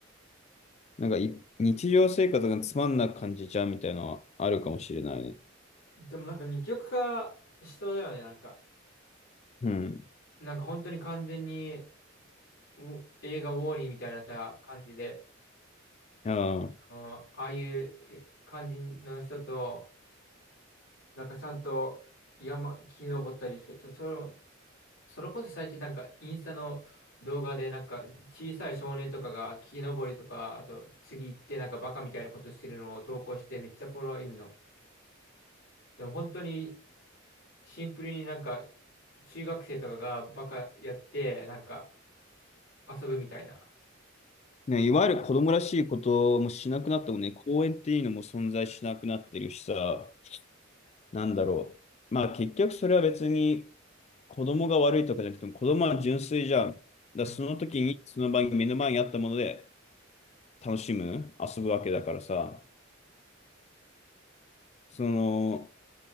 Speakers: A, on the left (about 35°); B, on the left (about 70°).
A: なんかい日常生活がつまんなく感じちゃうみたいなのはあるかもしれないね。
B: でもなんか二極化しそうだよね、なんか。
A: うん。
B: なんか本当に完全に、お映画ウォーリーみたいなさ、感じで、
A: ああ。
B: うんああいう感じの人と、なんかちゃんと山、木登ったりする。ちょ、それもそれこそ最近なんかインスタの動画でなんか小さい少年とかが木登りとか、あと次行ってなんかバカみたいなことしてるのを投稿してめっちゃフォロワーいるの。でも本当にシンプルになんか中学生とかがバカやってなんか遊ぶみたいな。
A: ね、いわゆる子供らしいこともしなくなったもんね、公園っていうのも存在しなくなってるしさ、なんだろう。まあ結局それは別に子供が悪いとかじゃなくても子供は純粋じゃん。だからその時にその場に目の前にあったもので
B: うん。
A: 楽しむ、遊ぶわけだからさ、その、